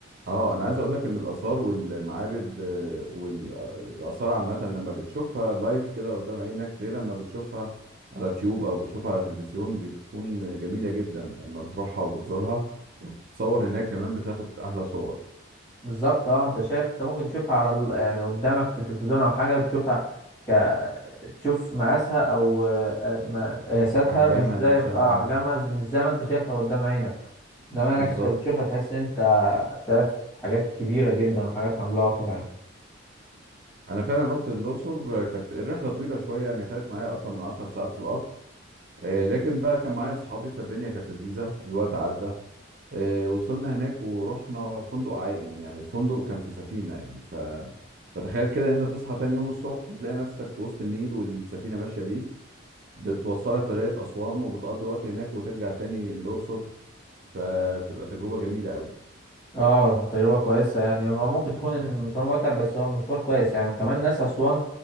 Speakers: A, on the right (about 45°); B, on the left (about 20°).
A: اه انا عايز اقول لك ان الاثار والمعابد آه، والاثار عامه لما بتشوفها لايف كده قدام عينك غير لما بتشوفها على تيوب او بتشوفها على تلفزيون بتكون جميله جدا لما بتروحها وبتزورها وبتتصور هناك كمان بتاخد احلى صور
B: بالظبط اه انت شايف انت ممكن تشوفها على ال... يعني قدامك في التلفزيون او حاجة تشوفها ك... تشوف مقاسها او آه، م- قياساتها
A: احجامها
B: مش زي
A: نفسها
B: اه
A: اه
B: احجامها مش زي ما انت شايفها قدام عينك قدام عينك
A: بالظبط
B: انت بتشوفها تحس انت شايف حاجات كبيرة جدا وحاجات عملاقة يعني
A: انا فعلا رحت الاقصر آه، كانت الرحله طويله شويه يعني خدت معايا اكتر من 10 ساعات في القطر آه، لكن بقى كان معايا اصحابي فالدنيا كانت لذيذه الوقت عدى آه، وصلنا هناك ورحنا فندق عائم يعني الفندق كان في سفينة يعني ف... فتخيل كده ان انت تصحى تاني يوم الصبح تلاقي نفسك في وسط النيل والسفينة ماشية بيك بتوصلك لغاية أسوان وبتقضي وقت هناك وترجع تاني الأقصر فبتبقى تجربة جميلة قوي
B: اه تجربة كويسة يعني هو ممكن تكون المشوار متعب بس هو مشوار كويس يعني وكمان ناس أسوان